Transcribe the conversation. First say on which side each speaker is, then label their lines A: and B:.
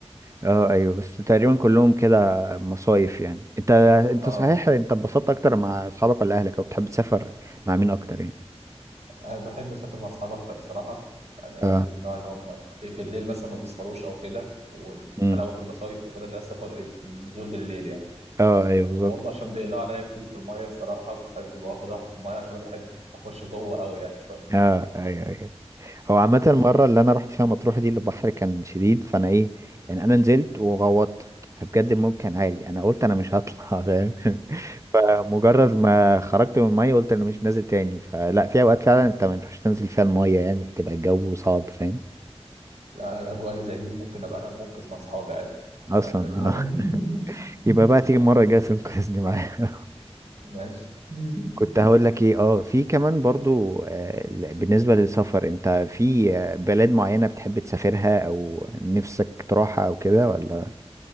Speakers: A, on the right; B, on the right.
A: اه ايوه بس تقريبا كلهم كده مصايف يعني انت انت
B: اه
A: صحيح انت اتبسطت اكتر مع اصحابك ولا اهلك او بتحب تسافر مع مين اكتر يعني
B: أنا بحب أسافر مع أصحابي أكتر الصراحة يعني أهلي
A: اه
B: من النوع اللي هم إيه، بالليل مثلا ما بيسهروش أو كده وحلاوة
A: امم
B: المصايف وكده اللي هي السفر النزول بالليل يعني
A: اه ايوه بالظبط
B: وبرضه عشان بيقلقوا عليا كتير في المية الصراحة وبحب واخد راحتي في المية عشان أنا بحب أخش جوه أوي يعني شوية
A: اه ايوه ايوه هو عامة
B: <laughs>
A: المرة اللي أنا رحت فيها مطروح دي البحر كان شديد فأنا إيه يعني أنا نزلت وغوطت فبجد الموج كان عالي أنا قلت أنا مش هطلع
B: آه.
A: <laughs> فاهم فمجرد ما خرجت من المية قلت أنا مش نازل تاني فلا في أوقات فعلا أنت ما ينفعش تنزل فيها المية يعني بتبقى الجو صعب فاهم
B: لا أنا الأجواء اللي زي دي ممكن أبقى أنا المنقذ مع أصحابي عادي
A: أصلا
B: أنا في الحوار
A: آه. <laughs>
B: <laughs>
A: يبقى بقى تيجي المرة الجاية تنقذني معايا <laughs>
B: ماشي <laughs>
A: كنت هقول لك إيه أه في كمان برضو آه، ل- بالنسبة للسفر أنت في آه، بلاد معينة بتحب تسافرها أو نفسك تروحها أو كده ولا